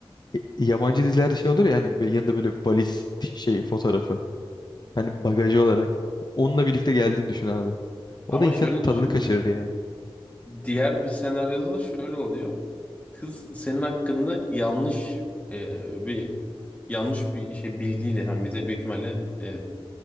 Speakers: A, on the left; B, on the left.
A: e, yabancı dizilerde şey olur ya hani böyle yanında böyle valiz t- şey fotoğrafı. Hani bagajı olarak. Onunla birlikte geldiğini düşün abi. O
B: Ama
A: da insanın
B: şöyle
A: tadını
B: düşün.
A: kaçırır ya.
B: Diğer bir senaryoda da şöyle oluyor. Kız senin hakkında yanlış e, bir yanlış bir şey bilgiyle hani bir de büyük ihtimalle e, e,